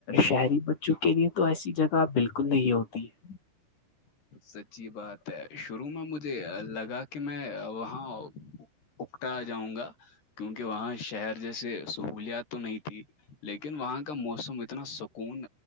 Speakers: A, on the left; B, on the left.
A: شہری بچوں کے لیے تو ایسی جگہ بالکل نہیں ہوتی ہے
B: سچی بات ہے شروع میں مجھے لگا کہ میں وہاں اکٹا جاؤں گا کیونکہ وہاں شہر جیسے سہولیات تو نہیں تھی لیکن وہاں کا موسم اتنا سکون